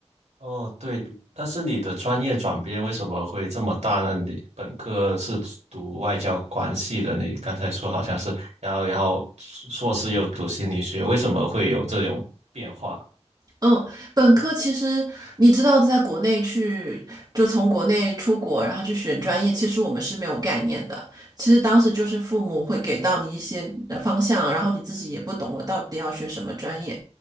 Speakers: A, on the right; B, on the right.
A: 哦，对，但是你的专业转变为什么会这么大呢？你本科是读外交关系的，你刚才说好像是然后然后硕士又读心理学，为什么会有这种变化？
B: 嗯，本科其实你知道，在国内去就从国内出国，然后去选专业，其实我们是没有概念的。其实当时就是父母会给到你一些呃方向，然后你自己也不懂我到底要学什么专业。